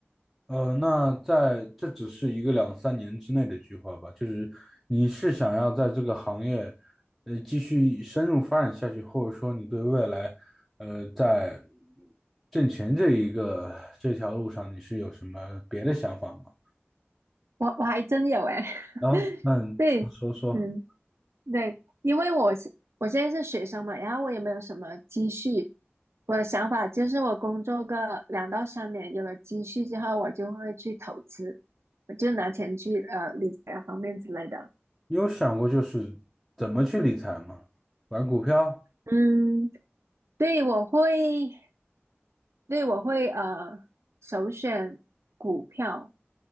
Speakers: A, in the centre; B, on the right.
A: 呃，那在这只是一个两三年之内的计划吧，就是你是想要在这个行业，呃，继续深入发展下去，或者说你对未来，呃，在挣钱这一个这条路上，你是有什么别的想法吗？
B: 我我还真有哎，
A: 然后，
B: <laughs>
A: 那你说说，
B: 对，嗯。对，因为我是我现在是学生嘛，然后我也没有什么积蓄。我的想法就是，我工作个两到三年，有了积蓄之后，我就会去投资，我就拿钱去呃理财方面之类的。
A: 你有想过就是怎么去理财吗？玩股票？
B: 嗯，对，我会，对，我会呃首选股票，